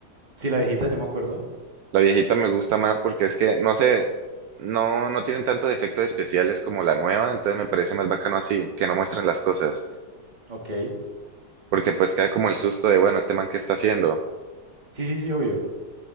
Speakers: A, on the right; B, on the right.
A: Sí, la viejita, yo me acuerdo.
B: la viejita me gusta más porque es que, no sé, no, no tienen tantos efectos especiales como la nueva, entonces me parece más bacano así, que no muestran las cosas,
A: Ok.
B: porque pues queda como el susto de, bueno, este man, ¿qué está haciendo?
A: Sí, sí, sí, obvio.